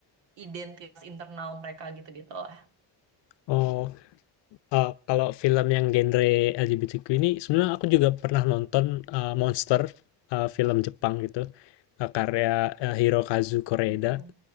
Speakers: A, on the right; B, on the left.
A: identitas internal mereka gitu gitu lah
B: oh. Eee, kalau film yang genre LGBTQ ini sebenarnya aku juga pernah nonton, eee, Monster, eee, film Jepang gitu, eee, karya, eee, Hirokazu Koreeda
A: Hmm.